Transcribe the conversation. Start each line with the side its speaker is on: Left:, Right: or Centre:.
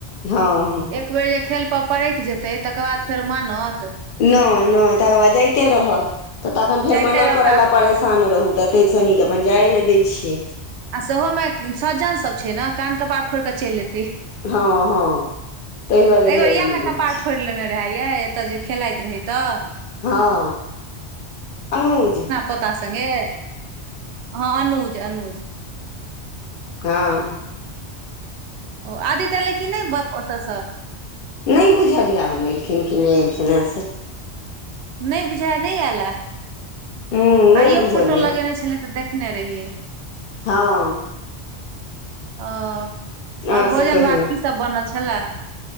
Left: हँ।
Right: एक बेर जे खेल पर परैक जेतै तकर बाद फेर मानत।
Left: नए तकर बाद जाइते रहत तऽ तखन फेर
Right: जाइते
Left: मना
Right: रहत
Left: कर
Right: आ
Left: लए परेशान रहू। तैस निक अपन जाए ने दै छियै।
Right: आ सेहोमे सज्जन सभ छै ने कान कपार फोड़ि कऽ चैल एतै।
Left: हँ हँ ताहि दुआरे
Right: एगो
Left: जाए
Right: इहेमे
Left: नहि दै
Right: कपाड़
Left: छियै
Right: फोइड़ लेलकै। <unintelligible> एतऽ जे खेलैत रहै तऽ
Left: हँ अनुज
Right: पोता संगे हँ अनुज अनुज।
Left: हँ।
Right: ओ आदित्य एलै कि ने बप ओतऽस।
Left: न बुझलि यए हम एलखिन कि नै एलखिन हे से।
Right: नै बुझाय मे नै एयले
Left: हूँ नहि
Right: आइयो
Left: बुझल
Right: फोटो
Left: यए
Right: लगेने छले त देखने रहिये।
Left: ह
Right: आओर
Left: आर सभ
Right: भोजन
Left: कहियौ
Right: भात कि सभ बनल छेले।